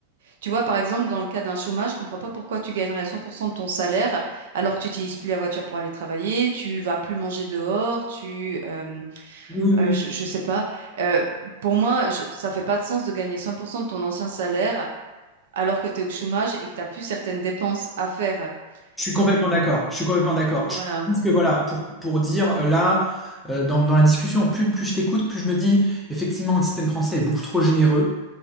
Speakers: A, on the right; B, in the centre.
A: tu vois, par exemple, dans le cas d'un chômage, je comprends pas pourquoi tu gagnerais 100% de ton salaire alors que tu n'utilises plus la voiture pour aller travailler, tu vas plus manger dehors, tu, euh,
B: Oui, oui,
A: euh,
B: oui.
A: je, je sais pas. Euh, pour moi, je- ça fait pas de sens de gagner 100% de ton ancien salaire alors que tu es au chômage et que t'as plus certaines dépenses à faire.
B: Je suis complètement
A: Donc
B: d'accord. Je suis complètement d'accord.
A: voilà,
B: Je pense que voilà, pour, pour dire euh, là, euh, dans, dans la discussion, plus, plus je t'écoute, plus je me dis, effectivement, le système français est beaucoup trop généreux.